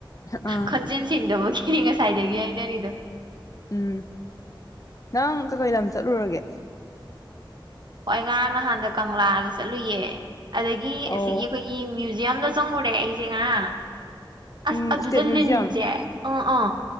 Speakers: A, on the left (about 40°); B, on the right (about 60°).
A: ꯑꯥ
B: ꯈꯣꯟꯖꯦꯟ ꯁꯦꯛꯗꯕꯒꯤ ꯐ꯭ꯔꯤ ꯉꯁꯥꯏꯗꯒꯤ ꯍꯥꯏꯅꯔꯤꯗꯣ
A: ꯎꯝ ꯅꯪ ꯀꯀꯩ ꯂꯝ ꯆꯠꯂꯨꯔꯒꯦ
B: ꯍꯣꯏ ꯉꯔꯥꯡ ꯅꯍꯥꯟꯗ ꯀꯪꯂꯥꯗ ꯆꯠꯂꯨꯌꯦ ꯑꯗꯒꯤ
A: ꯑꯧ
B: ꯑꯁꯤꯒꯤ ꯑꯩꯈꯣꯏꯒꯤ ꯃꯨꯏꯖꯤꯌꯝ ꯗ ꯆꯪ ꯎꯔꯦ ꯑꯩꯁꯦ ꯉꯔꯥꯡ ꯑꯁ
A: ꯎꯝ
B: ꯑꯗꯨꯗ
A: ꯏꯁꯇꯦꯠ ꯃ꯭ꯌꯨꯖꯤꯌꯝ
B: ꯂꯤꯟꯁꯦ ꯑꯥ ꯑꯥ